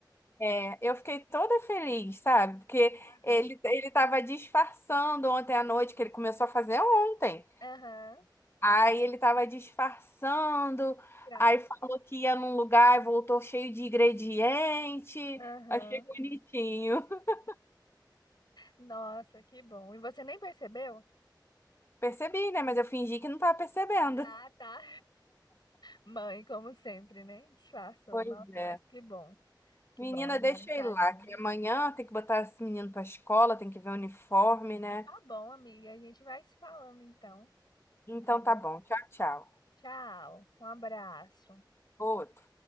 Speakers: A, on the left; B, on the left.
A: É, eu fiquei toda feliz, sabe? Porque
B: Aham,
A: ele, ele tava disfarçando ontem à noite, que ele começou a fazer ontem.
B: Aham,
A: Aí ele tava disfarçando,
B: que graça.
A: aí falou que ia num lugar e voltou cheio de ingrediente.
B: aham.
A: Achei bonitinho. <laughs>
B: Nossa, que bom. E você nem percebeu?
A: Percebi, né? Mas eu fingi que não tava percebendo.
B: Ah, tá. Mãe, como sempre, né? Disfarçou.
A: Pois
B: Nossa,
A: é.
B: mas que bom. Que
A: Menina,
B: bom, é bom,
A: deixa
B: carinho.
A: ele lá, que amanhã tem que botar esse menino pra escola, tem que ver o uniforme, né?
B: Tá bom, amiga. A gente vai se falando então,
A: Então
B: tá bom?
A: tá bom. Tchau, tchau.
B: Tchau. Um abraço.
A: Outro.